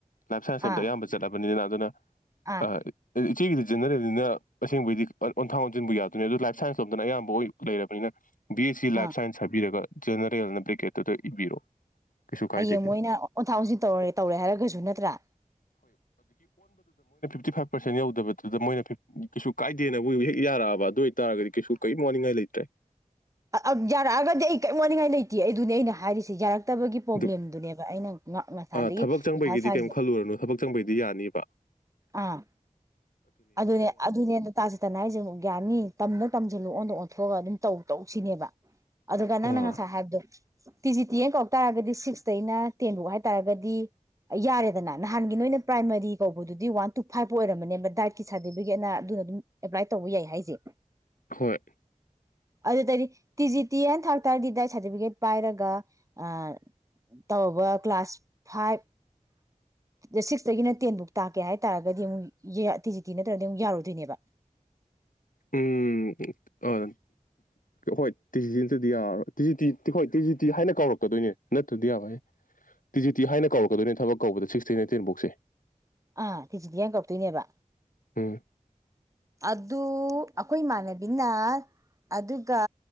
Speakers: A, on the left; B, on the right.
A: ꯂꯥꯏꯐ ꯁꯥꯏꯟꯁ ꯂꯣꯝꯗ
B: ꯑꯥ
A: ꯑꯌꯥꯝꯕ ꯆꯠꯂꯕꯅꯤꯅ ꯑꯗꯨꯅ
B: ꯑꯥ
A: ꯑ ꯏꯆꯦꯒꯤ ꯖꯦꯅꯔꯦꯜꯅꯤꯅ ꯑꯁꯦꯡꯕꯩꯗꯤ ꯑꯣꯟꯊꯥꯡ ꯑꯣꯟꯖꯤꯟꯕꯨ ꯌꯥꯗꯣꯏꯅꯤ ꯑꯗꯨ ꯂꯥꯏꯐ ꯁꯥꯏꯟꯁꯂꯣꯝꯗꯅ ꯑꯌꯥꯝꯕ ꯑꯣꯏ ꯂꯩꯔꯕꯅꯤꯅ ꯕꯤ ꯁꯤ
B: ꯑꯥ
A: ꯂꯥꯏꯐ ꯁꯥꯏꯟꯁ ꯍꯥꯏꯕꯤꯔꯒ ꯖꯦꯅꯔꯦꯜꯅ ꯕ꯭ꯔꯦꯀꯦꯠꯇꯨꯗ ꯏꯕꯤꯔꯣ ꯀꯩꯁꯨ ꯀꯥꯏꯗꯦ
B: ꯍꯌꯦꯡ ꯃꯣꯏꯅ ꯑꯣꯟꯊꯥ ꯑꯣꯟꯖꯤꯟ ꯇꯧꯔꯦ ꯇꯧꯔꯦ ꯍꯥꯏꯔꯒꯖꯨ ꯅꯠꯇ꯭ꯔꯥ
A: ꯐꯤꯐꯇꯤ ꯐꯥꯏꯚ ꯄꯥꯔꯁꯦꯟ ꯌꯧꯗꯕꯗꯨꯗ ꯃꯣꯏꯅ ꯐꯤꯐ ꯀꯩꯁꯨ ꯀꯥꯏꯗꯦꯅꯕꯨ ꯍꯦꯛ ꯌꯥꯔꯛꯑꯕ ꯑꯗꯨ ꯑꯣꯏꯗꯤ ꯇꯥꯔꯒꯗꯤ ꯀꯩꯁꯨ ꯀꯩꯝ ꯋꯥꯅꯤꯡꯉꯥꯏ ꯂꯩꯇ꯭ꯔꯦ
B: ꯑ ꯌꯥꯔꯛꯑꯒꯗꯤ ꯑꯩ ꯀꯩꯝ ꯋꯥꯅꯤꯡꯉꯥꯏ ꯂꯩꯇꯦ ꯑꯩ ꯑꯗꯨꯅꯦ ꯑꯩꯅ ꯍꯥꯏꯔꯤꯁꯦ ꯌꯥꯔꯛ ꯇꯕꯒꯤ ꯄ꯭ꯔꯣꯕ꯭ꯂꯦꯝꯗꯨꯅꯦꯕ
A: ꯑꯗꯨ
B: ꯑꯩꯅ ꯉ ꯉꯁꯥꯏꯗꯒꯤ
A: ꯑ ꯊꯕꯛ ꯆꯪꯕꯒꯤꯗꯤ
B: ꯃꯊꯥ ꯁꯥꯔꯤꯖꯦ
A: ꯀꯩꯝ ꯈꯜꯂꯨꯔꯅꯨ ꯊꯕꯛ ꯆꯪꯕꯩꯗꯤ ꯌꯥꯅꯤꯕ
B: ꯑꯥ ꯑꯗꯨꯅꯦ ꯑꯗꯨꯅꯦ ꯇꯥꯆꯦꯇꯟꯅ ꯍꯥꯏꯖꯦ ꯑꯃꯨꯛ ꯌꯥꯅꯤ ꯇꯝꯅ ꯇꯝꯖꯤꯜꯂꯣ ꯑꯣꯟꯗ ꯑꯣꯟꯊꯣꯛꯑꯒ ꯑꯗꯨꯝ ꯇꯧ ꯇꯧꯁꯤꯅꯦꯕ ꯑꯗꯨꯒ ꯅꯪꯅ
A: ꯑ
B: ꯉꯁꯥꯏ ꯍꯥꯏꯕꯗꯣ ꯇꯤ ꯖꯤ ꯇꯤ ꯍꯥꯏꯅ ꯀꯧꯔꯛ ꯇꯥꯔꯒꯗꯤ ꯁꯤꯛꯁꯇꯩꯅ ꯇꯦꯟꯕꯣꯛ ꯍꯥꯏꯇꯥꯔꯒꯗꯤ ꯌꯥꯔꯦꯗꯅ ꯅꯍꯥꯟꯒꯤ ꯅꯣꯏꯅ ꯄ꯭ꯔꯥꯏꯃꯔꯤ ꯀꯧꯕꯗꯨꯗꯤ ꯋꯥꯟ ꯇꯨ ꯐꯥꯏꯚꯄꯣ ꯑꯣꯏꯔꯃꯅꯦꯕ ꯗꯥꯏꯠ ꯀꯤ ꯁꯥꯔꯇꯤꯕꯤꯀꯦꯠꯅ ꯑꯗꯨꯅ ꯑꯗꯨꯝ ꯑꯦꯄ꯭ꯂꯥꯏ ꯇꯧꯕ ꯌꯥꯏ ꯍꯥꯏꯖꯦ
A: ꯍꯣꯏ
B: ꯑꯗꯨꯗꯗꯤ ꯇꯤ ꯖꯤ ꯇꯤ ꯍꯥꯏꯅ ꯊꯥꯔꯛ ꯇꯥꯔꯗꯤ ꯗꯥꯏꯠ ꯁꯥꯔꯇꯤꯕꯤꯀꯦꯠ ꯄꯥꯏꯔꯒ ꯑ ꯇꯧꯔꯕ ꯀ꯭ꯂꯥꯁ ꯐꯥꯏꯚ ꯁꯤꯛꯁꯇꯒꯤꯅ ꯇꯦꯟꯕꯣꯛ ꯇꯥꯛꯀꯦ ꯍꯥꯏ ꯇꯥꯔꯒꯗꯤ ꯑꯃꯨꯛ ꯇꯤ ꯖꯤ ꯇꯤ ꯅꯠꯇ꯭ꯔꯗꯤ ꯑꯃꯨꯛ ꯌꯥꯔꯨꯗꯨꯏꯅꯦꯕ
A: ꯎꯝ ꯑꯥ ꯍꯣꯏ ꯇꯤ ꯖꯤ ꯅꯠꯇ꯭ꯔꯗꯤ ꯌꯥꯔꯔꯣꯏ ꯇꯤꯖꯤ ꯇꯤ ꯍꯣꯏ ꯇꯤ ꯖꯤ ꯇꯤ ꯍꯥꯏꯅ ꯀꯧꯔꯛꯀꯗꯣꯏꯅꯦ ꯅꯠꯇ꯭ꯔꯗꯤ ꯌꯥꯔꯣꯏꯍꯦ ꯇꯤ ꯖꯤ ꯇꯤ ꯍꯥꯏꯅ ꯀꯧꯔꯛꯀꯗꯣꯏꯅꯦ ꯊꯕꯛ ꯀꯧꯕꯗ ꯁꯤꯛꯁꯇꯤꯟ ꯑꯥꯏꯇꯤꯟꯕꯣꯛꯁꯦ
B: ꯑꯥ ꯇꯤ ꯖꯤ ꯇꯤ ꯍꯥꯏꯅ ꯀꯧꯔꯛꯇꯣꯏꯅꯦꯕ
A: ꯎꯝ
B: ꯑꯗꯨ ꯑꯩꯈꯣꯏ ꯃꯥꯟꯅꯕꯤꯅ ꯑꯗꯨꯒ